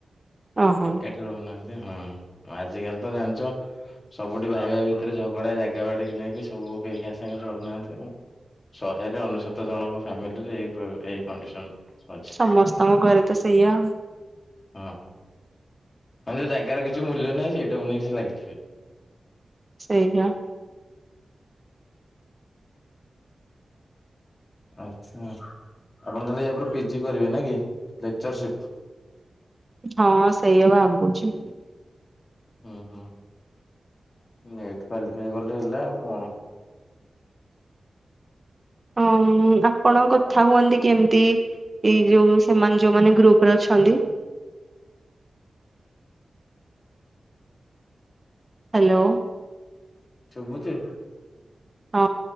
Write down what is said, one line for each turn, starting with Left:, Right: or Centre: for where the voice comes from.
Right: ଓହୋ
Left: ଏକାଠି ରହୁନାହାନ୍ତି ହଁ ଆଜିିକାଲି ତ ଜାଣିଚ ସବୁଠି ଭାଇ ଭାଇ ଭିତରେ ଝଗଡା ଜାଗା ବାଡିକି ନେଇକି ସବୁ କେହି କା ସାଙ୍ଗରେ ଚଳୁନାହାନ୍ତି ଆଉ। ଶହେରେ ଅନେଶତ ଜଣଙ୍କ ଫ୍ୟାମିଲିରେ ଏଇ ପ ଏଇ କଣ୍ଡିସନ। ଅଛି
Right: ସମସ୍ତଙ୍କ ଘରେ ତ ସେଇଆ।
Left: ହଁ ହଁ ମାନେ ଯୋଉ ଜାଗାର କିଛି ମୂଲ୍ୟ ନାହିଁ ସେଇଟାକୁ ନେଇକି ସେ ଲାଗିଥିବେ।
Right: ସେଇଆ।
Left: ଆଚ୍ଛା ଆପଣ ତାହେଲେ ୟାପରେ ପିଜି କରିବେ ନା କି ଲେକ୍ଚରସିପ୍।
Right: ହଁ ସେଇଆ ଭାବୁଚି।
Left: ଉଁ ହୁଁ ନେଟେ କ୍ଵାଲିଫାଇ କଲେ ହେଲା ଆଉ କଣ?
Right: ହୁଁ ଆପଣ କଥା ହୁଅନ୍ତି କେମିତି? ଏଇ ଯୋଉ ସେମାନେ ଯୋଉମାନେ ଗ୍ରୁପ ରେ ଅଛନ୍ତି। ହାଲୋ।
Left: ଶବୁଛି।
Right: ହଁ